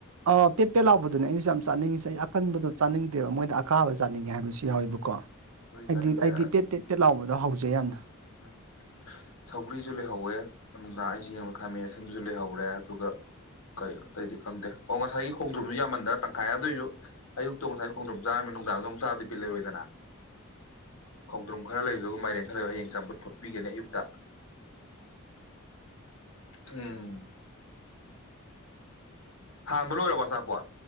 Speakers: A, on the right; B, on the left.
A: ꯑ ꯄꯦꯠꯄꯦ ꯂꯥꯎꯕꯗꯨꯅꯦ ꯑꯩꯩꯅꯁꯨ ꯌꯥꯝ ꯆꯥꯅꯤꯡꯉꯤꯁꯦ ꯈꯟꯕꯗꯣ ꯆꯥꯅꯤꯡꯗꯦꯕ ꯃꯣꯏꯗ ꯑꯀꯥꯕ ꯆꯥꯅꯤꯡꯉꯦ ꯍꯥꯏꯕꯁꯨ ꯌꯥꯎꯋꯦꯕꯀꯣ
B: ꯑꯩ
A: ꯍꯥꯏꯗꯤ
B: ꯆꯥꯅꯤꯡꯗꯦ
A: ꯑꯩꯗꯤ ꯄꯦꯠ ꯄꯦꯠ ꯄꯦꯠ ꯂꯥꯎꯕꯗꯣ ꯍꯧꯖꯩ ꯌꯥꯝꯅ
B: ꯎꯝ ꯁꯧꯒ꯭ꯔꯤꯁꯨ ꯂꯩꯍꯧꯋꯦ ꯅꯨꯡꯗꯥꯡ ꯑꯩꯁꯨꯦ ꯌꯦꯡꯕ ꯈꯥꯃꯦ ꯁꯦꯝꯕꯁꯨ ꯂꯩꯍꯧꯔꯦ ꯑꯗꯨꯒ ꯀꯩ ꯀꯩꯗꯤ ꯈꯪꯗꯦ ꯑꯣ ꯉꯁꯥꯏꯒꯤ ꯈꯣꯡꯗ꯭ꯔꯨꯝꯁꯨ ꯌꯥꯝꯃꯟꯗꯅ ꯇꯪꯈꯥꯏ ꯑꯗꯨꯏꯁꯨ ꯑꯌꯨꯛꯇꯣ ꯉꯁꯥꯏ ꯈꯣꯡꯗ꯭ꯔꯨꯝ ꯆꯥꯔꯝꯃꯤ ꯅꯨꯡꯗꯥꯡꯗ ꯑꯃꯣꯛ ꯆꯥꯔꯗꯤ ꯕꯤꯠ ꯂꯩꯔꯣꯏꯗꯅ ꯈꯣꯡꯗ꯭ꯔꯨꯝ ꯈꯔ ꯂꯩꯕꯗꯨ ꯃꯥꯏꯔꯦꯟ ꯈꯔ ꯂꯩꯕ ꯍꯌꯦꯡ ꯆꯝꯄꯨꯠ ꯐꯨꯠꯄꯤꯒꯦꯅꯦ ꯑꯌꯨꯛꯇ ꯎꯝ ꯍꯥꯟꯕ ꯂꯣꯏꯔꯕꯣ ꯑꯆꯥꯄꯣꯠ